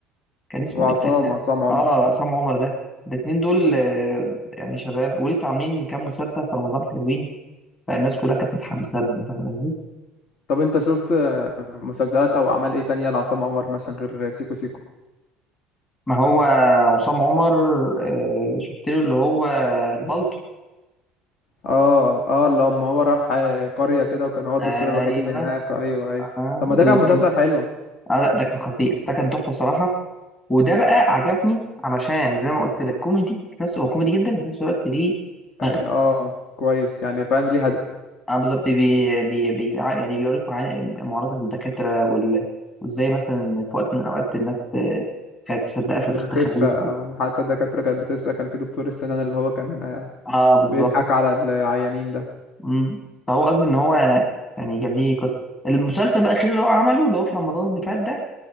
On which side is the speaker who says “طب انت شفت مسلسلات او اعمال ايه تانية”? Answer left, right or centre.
Left